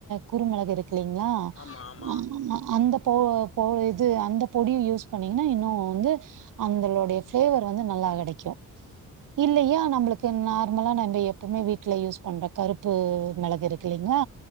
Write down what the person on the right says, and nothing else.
குறுமெளகு இருக் க்லிங்களா
அ அந்த பவ் <unintelligible> து அந்த பொடியு யூஸ் பண்ணீங்கன்னா இன்னு வந்து அந்தளுடைய ஃபிளேவர் வந்து நல்லா கெடைக்கு இல்லயா நம்புளுக்கு நார்மலா நம்ப எப்புமே வீட்ல யூஸ் பண்ற கருப்பு மிளகு இருக்கு இல்லிங்களா